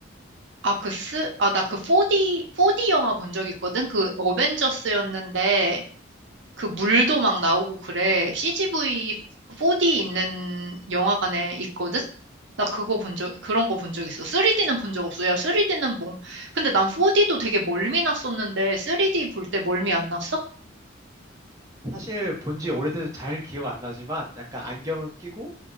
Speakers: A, on the right; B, on the right.
A: 아, 그 쓰, 아, 나 그 4D, 4D 영화 본 적 있거든? 그 어벤져스였는데 그 물도 막 나오고 그래. CGV 4D 있는 영화관에 있거든? 나 그거 본 적, 그런 거 본 적 있어. 3D는 본 적 없어. 야, 3D는 뭐, 근데 난 4D도 되게 멀미 났었는데, 3D 볼 때 멀미 안 났어?
B: 사실 본지 오래돼서 잘 기억 안 나지만 약간 안경을 끼고